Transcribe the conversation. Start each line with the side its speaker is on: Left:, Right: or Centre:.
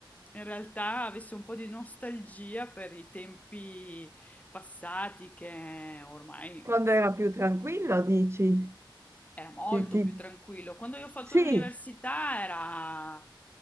Left: in realtà avesse un po' di nostalgia per i tempi passati che ormai,
Right: Quando
Left: insomma
Right: era più tranquillo, dici?
Left: era molto
Right: Ti- ti-
Left: più tranquillo. Quando io ho fatto
Right: Sì,
Left: l'università era,